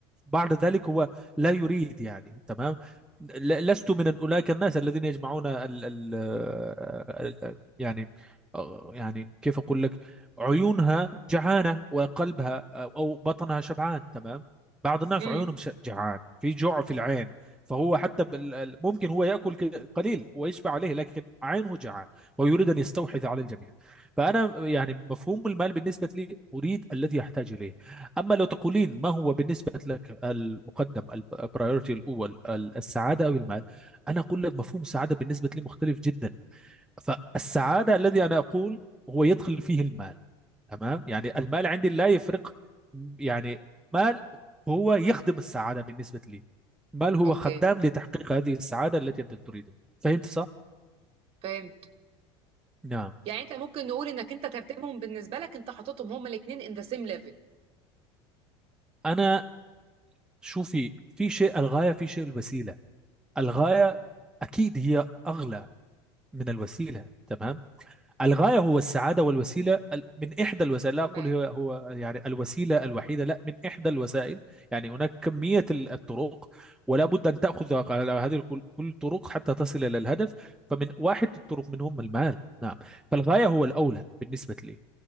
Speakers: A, in the centre; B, on the right (about 45°).
A: بعد ذلك هو لا يريد يعني تمام ل- لست من أولئك الناس الذين يجمعون ال ال آه، ال يعني آه، يعني كيف أقول لك عيونها جعانة وقلبها آه، أو بطنها شبعان تمام بعض الناس
B: امم
A: عيونهم ش- جعان في جوع في العين فهو حتى بال- ممكن هو يأكل ك- قليل ويشبع عليه لكن عينه جعان ويريد أن يستحوذ على الجميع فأنا يعني مفهوم المال بالنسبة لي أريد الذي أحتاج إليه أما لو تقولين ما هو بالنسبة لك المقدم البرايورتي الأول السعادة أو المال أنا أقول لك مفهوم السعادة بالنسبة لي مختلف جدا فالسعادة الذي أنا أقول هو يدخل فيه المال تمام يعني المال عندي لا يفرق يعني مال هو يخدم السعادة بالنسبة لي مال هو
B: أوكي
A: خدام لتحقيق هذه السعادة التي أنت تريدها فهمت صح؟
B: فاهم
A: نعم
B: يعني انت ممكن نقول انك انت ترتيبهم بالنسبه لك انت حاططهم هما الاثنين ان ذا سيم ليفل
A: أنا شوفي في شيء الغاية في شيء الوسيلة الغاية أكيد هي أغلى من الوسيلة تمام الغاية هو السعادة والوسيلة ال- من إحدى الوسائل لا
B: تمام
A: أقول هو هو يعني الوسيلة الوحيدة لا من إحدى الوسائل يعني هناك كمية ال- الطرق ولا بد أن تأخذ على هذه الكل- كل الطرق حتى تصل إلى الهدف فمن واحد الطرق منهم المال نعم فالغاية هو الأولى بالنسبة لي